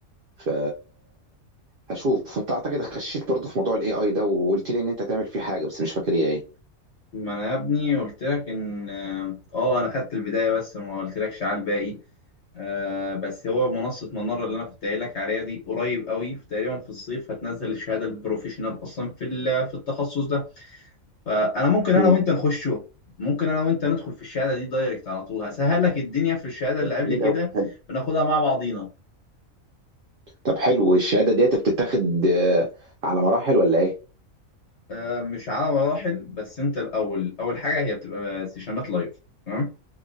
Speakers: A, on the right; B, on the left.
A: ف هشوف انت اعتقد خشيت برضه في موضوع الاي اي ده وقلت لي ان انت هتعمل فيه حاجه بس مش فاكر هي ايه
B: ما انا يا ابني قلت لك ان اه آه، انا خدت البدايه بس ما قلتلكش على الباقي آه بس هو منصه مناره اللي انا كنت قايل لك عليها دي قريب قوي في تقريبا في الصيف هتنزل الشهاده البروفيشنال اصلا في ال- في التخصص ده فانا ممكن انا
A: مم.
B: وانت نخشه ممكن انا وانت ندخل في الشهاده دي دايركت على طول هسهل لك الدنيا في الشهاده اللي قبل
A: جميل
B: كده
A: أوي. حلو.
B: بناخدها مع بعضينا
A: طب حلو الشهاده ديت بتتاخد آه، على مراحل ولا ايه
B: آه مش على مراحل بس انت الاول اول حاجه هي بتبقى سيشنات لايف تمام